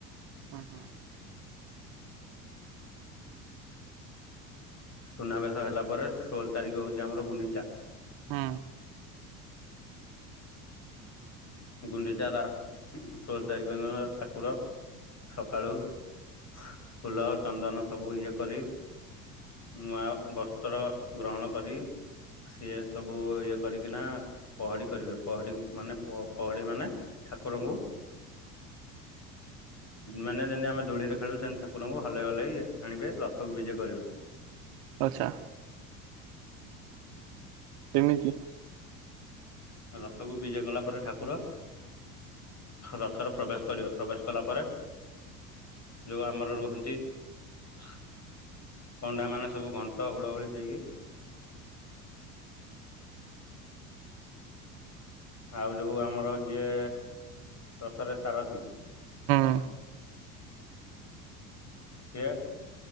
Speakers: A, on the right; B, on the left.
A: ହୁଁ ହୁଁ।
B: ସୁନାବେଶ ହେଲା ପରେ ଷୋହଳ ତାରିଖ ହୋଉଚି ଆମର ଗୁଣ୍ଡିଚା।
A: ହୁଁ।
B: ଗୁଣ୍ଡିଚା ବା ଷୋହଳ ତାରିଖ ଦିନ ଠାକୁର ସକାଳୁ ଫୁଲ ଚନ୍ଦନ ସବୁ ଇଏ କରି ନୂଆ ବସ୍ତ୍ର ଗ୍ରହଣ କରି ସିଏ ସବୁ ଇଏ କରିକିନା ପହଡି କରିବେ ପହଡି ମାନେ ପ ପହଡ଼ି ମାନେ ଠାକୁରଙ୍କୁ ମାନେ ଯେମିତି ଆମେ ଦୋଳିରେ ଖେଳୁ ସେମିତି ଠାକୁରଙ୍କୁ ହଲେଇ ହଲେଇ ଆଣିବେ ରଥକୁ ବିଜେ କରିବେ।
A: ଆଛା। କେମିତି?
B: ରଥକୁ ବିଜେ କଲା ପରେ ଠାକୁର ରଥରେ ପ୍ରବେଶ କରିବ ପ୍ରବେଶ କଲା ପରେ ଯୋଉ ଆମର ରୁହନ୍ତି ପଣ୍ଡା ମାନେ ସବୁ ଘଣ୍ଟ ହୁଳ ହୁଳି ଦେଇକି ଆଉ ଯୋଉ ଆମର ଯିଏ ରଥରେ ସାରଥି
A: ହୁଁ।
B: ସିଏ